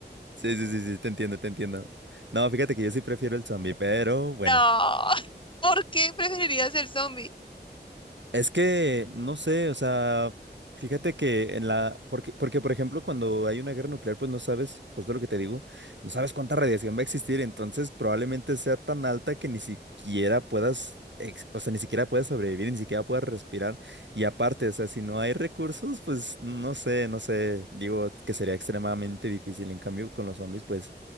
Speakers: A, on the right (about 90°); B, on the left (about 30°).
A: Sí, sí, sí, sí, te entiendo, te entiendo. No, fíjate que yo sí prefiero el zombie, pero bueno.
B: No, <laughs> ¿por qué preferirías el zombie?
A: Es que, no sé, o sea, fíjate que en la, porque, porque por ejemplo, cuando hay una guerra nuclear, pues no sabes, pues justo lo que te digo, no sabes cuánta radiación va a existir, entonces probablemente sea tan alta que ni siquiera puedas, ex- o sea, ni siquiera puedas sobrevivir, ni siquiera puedas respirar. Y aparte, o sea, si no hay recursos, pues no sé, no sé, digo que sería extremadamente difícil. En cambio, con los zombies, pues